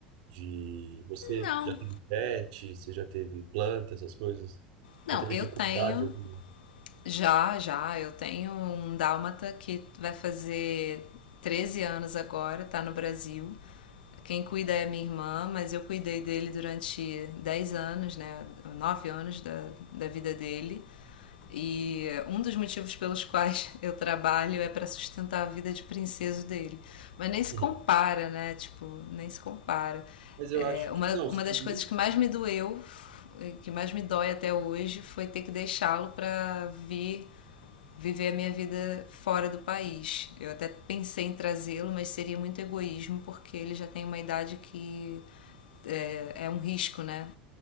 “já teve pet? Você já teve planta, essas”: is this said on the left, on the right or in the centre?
Right